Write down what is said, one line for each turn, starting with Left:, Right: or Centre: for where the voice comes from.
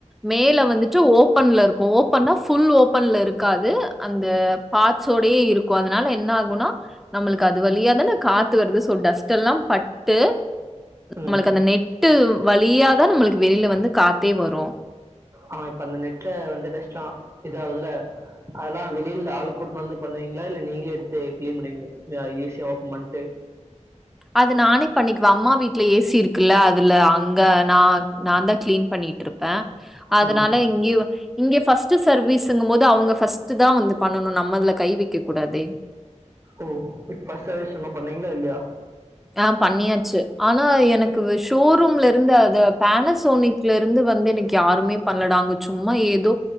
Centre: மேல வந்துட்டு ஓப்பன்ல இருக்கு ஓப்பன்னா ஃபுல் ஓபன்ல இருக்காது அந்த பாட்சோடையே இருக்கு அதனால என்ன ஆகும்னா நம்மளுக்கு அது வழியாதானே காத்து வருது சோ டஸ்ட் எல்லா பட்டு
Right: ம்
Centre: நம்மளுக்கு அந்த நெ நெட்டு வழியாதா நம்மளுக்கு வெளியில வந்து காத்தே வரு
Right: ஆ இப்ப அந்த நெட்ல வந்து டஸ்ட்லா இதாகுதுல்ல அதெல்லா வெளியில ஆள் கூட்டினு வந்து பண்ணுவீங்ளா இல்ல நீங்களே எடுத்து கிளீன் பண்ணு ஈஸியா ஓப்பன் பண்ணிட்டு
Centre: அது நானே பண்ணிக்குவே அம்மா வீட்ல ஏ சி இருக்குல்ல அதுல அங்க நான் நான்தா கிளீன் பண்ணிட்டு இருப்பே அதனால
Right: ம்
Centre: இங்கயு இங்க ஃபர்ஸ்ட் சர்வீஸ்சுங்கும் போது அவுங்க ஃபர்ஸ்ட் தா வந்து பண்ணணு நம்ம அதுல கை வெக்கக்க கூடாதே
Right: ஓ இப்போ ஃபர்ஸ்ட் சர்வீஸ் இன்னு பண்ணீங்களா இல்லையா
Centre: ஆ பண்ணியாச்சி ஆனா எனக்கு ஷோரூம்ல இருந்து அத பேனசோனிக்ல இருந்து வந்து எனக்கு யாருமே பண்லடா அங்க சும்மா ஏதோ